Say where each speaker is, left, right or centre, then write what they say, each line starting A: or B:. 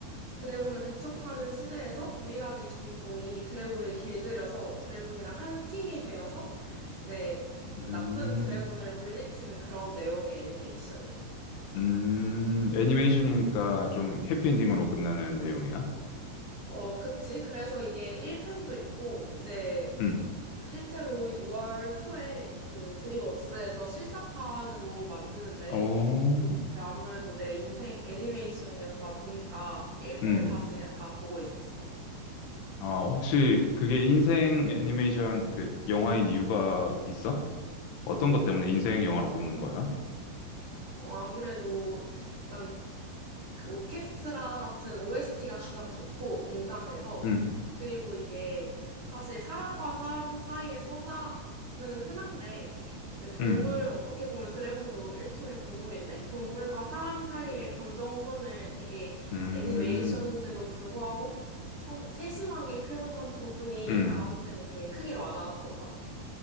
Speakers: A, on the right (about 70°); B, on the left (about 80°).
A: 드래곤을 배척하는 시대에서 유일하게 주인공이 드래곤을 길들여서 드래곤이랑 한 팀이 되어서 이제 좀
B: 음.
A: 나쁜 드래곤을 물리치는 그런 내용의 애니메이션이야.
B: 음. 애니메이션이니까 좀 해피엔딩으로 끝나는 내용이야?
A: 어, 그치. 그래서 이게 1편도 있고, 이제
B: 응.
A: 실제로 6월 초에 그 드림웍스에서 실사판으로 만드는데,
B: 어.
A: 이게 아무래도 내 인생 애니메이션이었다 보니까 1편을
B: 응.
A: 다시 아까 보고 있었어.
B: 아, 혹시 그게 인생 애니메이션 그 영화인 이유가 있어? 어떤 것 때문에 인생 영화로 꼽는 거야?
A: 어, 아무래도 일단 그 오케스트라 같은 OST가 가장 좋고, 웅장해서.
B: 응.
A: 그리고 이게 사실 사람과 사람 사이의 서사는 흔한데, 이제 동물,
B: 음,
A: 어떻게 보면 드래곤도 일종의 동물인데, 동물과 사람 사이의 감정선을 되게
B: 음.
A: 애니메이션인데도 불구하고 성- 세심하게 표현한 부분이
B: 음,
A: 나한테는 되게 크게 와닿았던 것 같아.